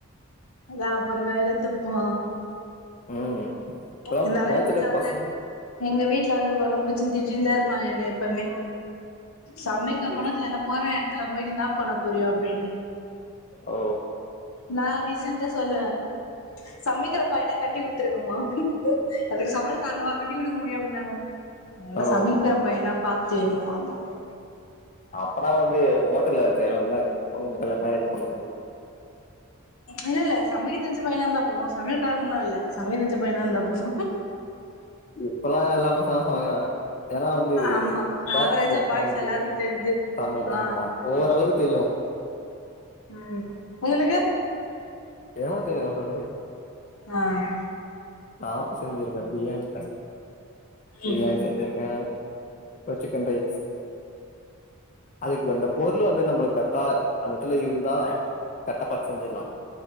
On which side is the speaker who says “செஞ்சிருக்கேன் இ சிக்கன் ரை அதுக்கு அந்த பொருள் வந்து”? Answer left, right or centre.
Left